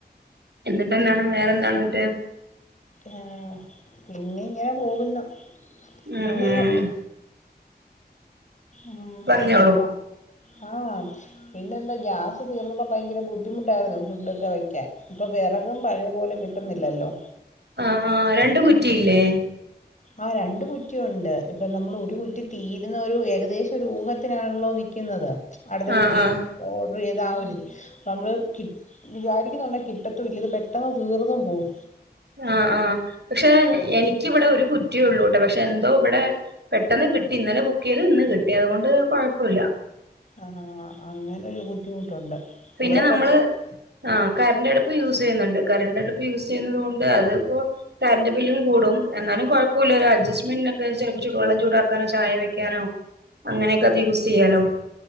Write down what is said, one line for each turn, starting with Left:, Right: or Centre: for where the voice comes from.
Right: എന്നിട്ട് എന്താണ് വേറെന്താണ് മറ്റേ
Left: ആഹ പിന്നെ ഇങ്ങനെ പോകുന്നു
Right: ഉം
Left: പിന്നെ ഉ
Right: പറഞ്ഞോളൂ
Left: മോ ആഹ പിന്നെ എന്താ ഗ്യാസ് തീർന്നപ്പോ ഭയങ്കര ബുദ്ധിമുട്ടായിരുന്നു ഫുഡൊക്കെ വെക്കാൻ ഇപ്പൊ വിറകും പഴയ പോലെ കിട്ട കിട്ടുന്നില്ലല്ലോ
Right: ആഹ് ആഹ് രണ്ടു കുറ്റിയില്ലേ
Left: ആഹ് രണ്ട് കുറ്റി ഉണ്ട് ഇപ്പൊ നമ്മൾ ഒരു കുറ്റി തീരുന്ന ഒരു ഏകദേശം ഒരു ഊഹത്തിനാണല്ലോ നിക്കുന്നത് അടുത്ത
Right: ആഹ്
Left: കുറ്റി
Right: ആഹ്
Left: ഓർഡർ ചെയ്ത് ആഹ് ഒരു ഇത് നമ്മള് ക വിചാരിക്കുന്ന കിട്ടത്തും ഇല്ല ഇത് പെട്ടെന്ന് തീർന്നും പോവും
Right: ആഹ ആഹ പക്ഷെ എനിക്കിവിടെ ഒരു കുറ്റിയ ഉള്ളൂട്ടെ പക്ഷെ എന്തോ ഇവിടെ പെട്ടെന്ന് കിട്ടി ഇന്നലെ ബുക്ക് ചെയ്ത് ഇന്ന് കിട്ടി അതുകൊണ്ട് കുഴപ്പമില്ല
Left: ആഹ് അങ്ങനൊരു ബുദ്ധിമുട്ടുണ്ട്
Right: പിന്നെ
Left: ഇവിടെ
Right: നമ്മള്
Left: കുറച്ച്
Right: ആഹ് കറന്റെടുപ്പ് യൂസ് ചെയ്യുന്നുണ്ട് കറണ്ട് അടുപ്പ് യൂസ് ചെയ്യുന്നത് കൊണ്ട് അതിപ്പോ കറണ്ട് ബില്ലും കൂടും എന്നാലും കുഴപ്പമില്ല ഒരു അഡ്സ്മെന്റിനൊക്കെ ചിലപ്പോ ചെലപ്പോ ചൂടാക്കാനോ ചായ വെ നോ അങ്ങനെയൊക്കെ അത് യൂസ് ചെയ്യാലോ